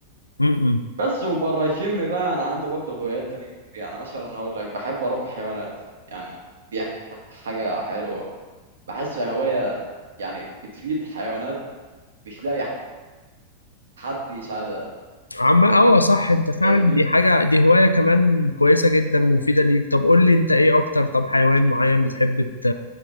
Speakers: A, on the left; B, on the right.
A: م- م.
B: بس وبره الجيم بقى انا عندي برضه هوايات تانية كتير يعني مثلا هقول لك بحب اربي حيوانات يعني دي حاجة حلوة بحسها هواية يعني بتفيد حيوانات مش لاقي حد يساعدها
A: عم اه صح انت فعلا
B: فاهمني
A: دي حاجة دي هواية كمان كويسة جدا ومفيدة ليك طب قول لي انت ايه اكتر طب حيوان معين بتحب ت...